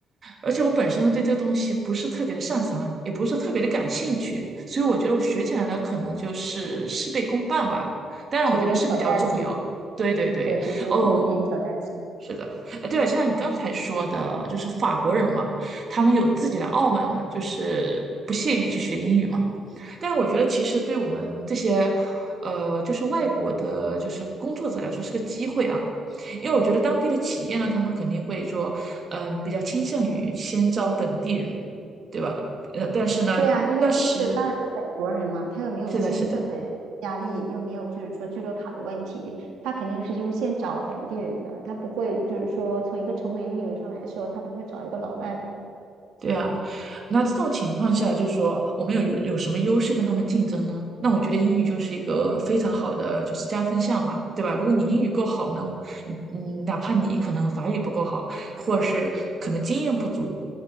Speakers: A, on the right; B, on the right.
A: 而且我本身呢对这个东西不是特别的擅长，也不是说特别的感兴趣，所以我觉得我学起来呢，可能就是事倍功半吧。当然，
B: 是有点挑战性，
A: 我觉得是比较重要。对对对，
B: 对，就是有点挑战性。
A: 哦，是的，呃，对了，就像你刚才说的，就是法国人嘛，他们有自己的傲慢嘛，就是不屑于去学英语嘛。但是我觉得，其实对我们这些，呃，就是外国的，就是工作者来说是个机会啊。因为我觉得当地的企业呢，他们肯定会说，嗯，比较倾向于先招本地人，对吧？呃，但是呢，
B: 对啊，因为就是当然是本国人嘛，
A: 但是
B: 他又没有签证的压力，
A: 是的，是的。
B: 又没有就是说居留卡的问题，他肯定是优先找本地人的，他不会就是说从一个成本运营上来说，他不会找一个老外的。
A: 对啊，那这种情况下，就是说我们有有有什么优势跟他们竞争呢？那我觉得英语就是一个非常好的就是加分项嘛，对吧？如果你英语够好呢，嗯，哪怕你可能法语不够好，或者是可能经验不足，